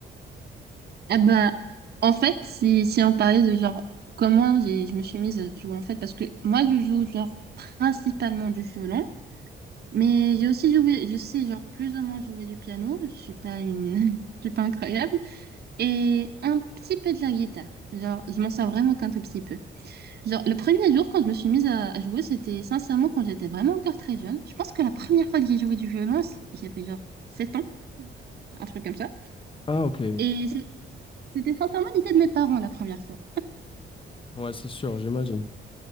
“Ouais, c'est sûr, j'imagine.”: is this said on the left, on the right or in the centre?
Left